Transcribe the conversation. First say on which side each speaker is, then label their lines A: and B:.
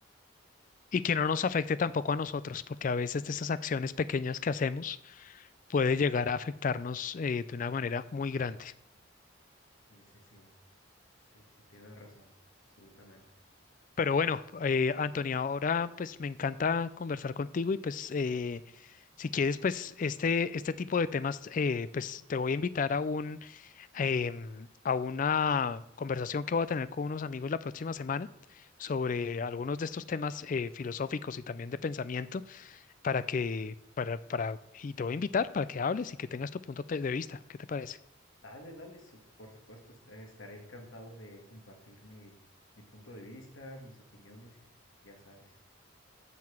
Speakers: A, on the left; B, on the left.
A: y que no nos afecte tampoco a nosotros, porque a veces de esas acciones pequeñas que hacemos puede llegar a afectarnos eh, de una manera muy grande.
B: Sí, sí, sí, sí, sí, tienes razón, absolutamente.
A: Pero bueno, eh, Antonia, ahora pues me encanta conversar contigo y pues eh, si quieres pues este, este tipo de temas eh, pues te voy a invitar a un em, a una conversación que voy a tener con unos amigos la próxima semana sobre algunos de estos temas eh, filosóficos y también de pensamiento. para que, para, para, y te voy a invitar para que hables y que tengas tu punto te- de vista. ¿Qué te parece?
B: Dale, dale, su- por supuesto, est- eh, estaré encantado de compartir mi, mi punto de vista, mis opiniones y ya sabes,